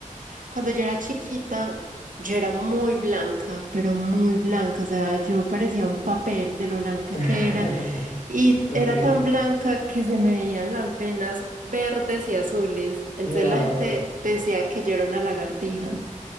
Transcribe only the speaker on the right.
cuando yo era chiquita, yo era muy blanca, pero muy blanca, o sea, yo parecía un papel de lo blanca
que era, y
era tan blanca que se me veían las venas verdes y azules, entonces
la gente decía que yo era una lagartija.